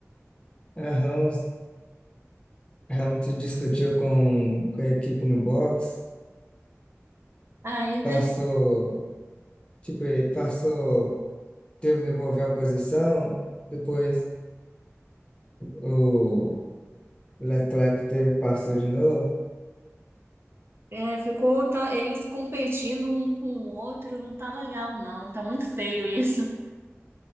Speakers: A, on the left; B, on the right.
A: A Ramos, a Ramos discutiu com, com a equipe no box,
B: Ainda
A: passou, tipo, ele passou, teve que devolver a posição, depois o Leclerc teve, passou de novo.
B: é, ficou tá, eles competindo um com o outro. Não tá legal, não. Tá muito feio isso.